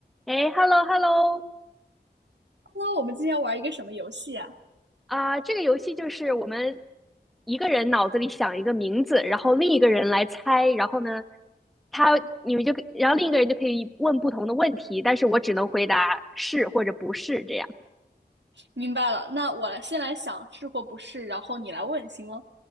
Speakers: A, in the centre; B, on the right.
A: 哎，hello hello，
B: 那我们今天玩一个什么游戏啊？
A: 啊、这个游戏就是我们一个人脑子里想一个名字，然后另一个人来猜，然后呢，他你们就可以然后另一个人就可以问不同的问题，但是我只能回答是或者不是这样。
B: 明白了，那我来先来想是或不是，然后你来问，行吗？